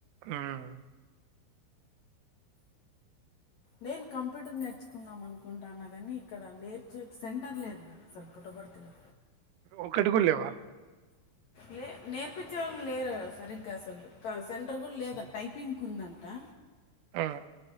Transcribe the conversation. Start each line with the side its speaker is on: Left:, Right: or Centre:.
Right: ఊమ్
Left: నేను కంప్యూటర్ నేర్చుకుందాం అనుకుంటాన్నా గానీ ఇక్కడ నేర్చు సెంటర్ లేదు అసలు పుట్టపర్తి లో
Right: ఒకటి కూడా లేవా?
Left: లే నేర్పించే వాళ్ళు లేరు సరిగ్గా అసలు కా సెంటర్ కూడా లేదు టైపింగ్ కుందంటా
Right: ఆ